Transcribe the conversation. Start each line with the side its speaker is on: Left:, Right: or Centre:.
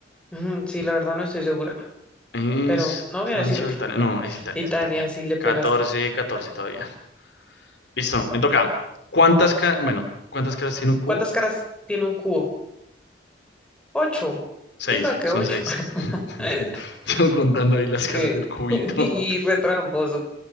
Centre: Ujú, Sí, la verdad no estoy segura.
Left: Es
Centre: Pero no voy
Left: Francia
Centre: a decir otra.
Left: o Italia. No, es Italia,
Centre: Italia,
Left: es Italia.
Centre: sí le
Left: catorce
Centre: pegaste.
Left: catorce todavía. Listo, me toca. ¿Cuántas ca- bueno, ¿cuántas caras tiene un cubo?
Centre: ¿Cuántas caras tiene un cubo? Ocho.
Left: Seis,
Centre: Diga que
Left: son
Centre: ocho.
Left: seis. <laughs>
Centre: <laughs>
Left: Yo contando ahí las caras
Centre: Sí.
Left: del cubito.
Centre: <laughs> Y retramposo.